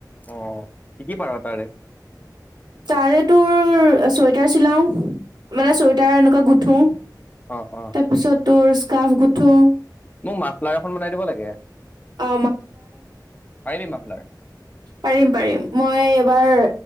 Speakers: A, on the left (about 20°); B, on the right (about 80°).
A: অ' কি-কি পাৰ তাৰে?
B: তাৰে, তোৰ চুৱেটাৰ চিলাও। মানে চুৱেটাৰ এনেকুৱা গোট গুঠো।
A: অ'-অ',
B: তাৰপিছত তোৰ স্কা্ফ গুঠো,
A: মোক মাফলাৰ এখন বনাই দিব লাগে
B: অ
A: পাৰিবি, মা লাগে।
B: পাৰিম-পাৰিম মই এবাৰ